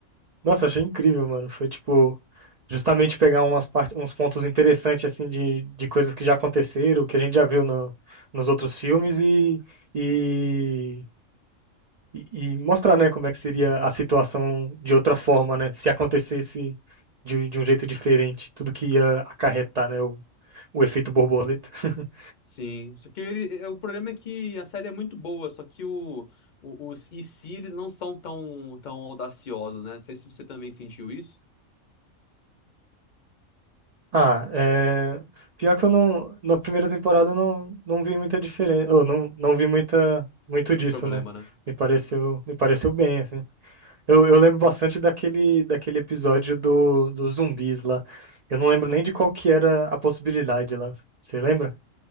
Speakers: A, on the right (about 80°); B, on the left (about 50°).
A: Nossa, achei incrível, mano. Foi tipo, justamente pegar umas parte, uns pontos interessantes, assim, de, de coisas que já aconteceram, que a gente já viu no, nos outros filmes e, e, e e mostrar, né, como é que seria a situação de outra forma, né, se acontecesse de, de um jeito diferente, tudo que ia acarretar, né, o, o efeito borboleta. <laughs>
B: Sim, só que ele, é, o problema é que a série é muito boa, só que o, o- os e se eles não são tão, tão audaciosos, né? Não sei se você também sentiu isso.
A: Ah, é... Pior que eu não... Na primeira temporada eu não, não vi muita diferença. Eu não, não vi muita... muito
B: Muito
A: disso,
B: problema,
A: né?
B: né?
A: Me pareceu, me pareceu bem, assim. Eu, eu lembro bastante daquele, daquele episódio do, dos zumbis lá. Eu não lembro nem de qual que era a possibilidade lá. Você lembra?